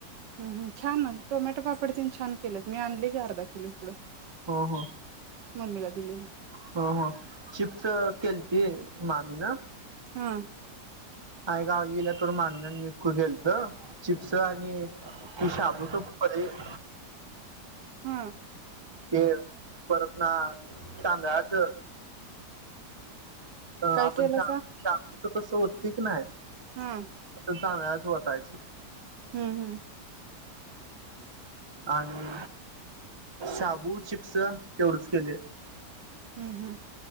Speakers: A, on the right (about 80°); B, on the right (about 15°).
A: हम्म हम्म छान टोमॅटो पापड तन छान केलेत मी आणली की अर्धा किलो हिकडं
B: ह ह
A: मम्मीला दिलेलं
B: ह ह चिप्स केलती मामी न
A: हा.
B: आय गावी गेल्यातोवर माण म खू गेलत चिप्स आणि कि साबूतो परे <inaudible>
A: ह
B: ते, परत ना तांदळाच अ
A: काय
B: आपण
A: केलं
B: शा शा तस होती की नाय
A: हम्म
B: तांदळाच ओतायचं
A: हम्म हम्म
B: आणि शाबु चिप्स तेवढच केले
A: हम्म हम्म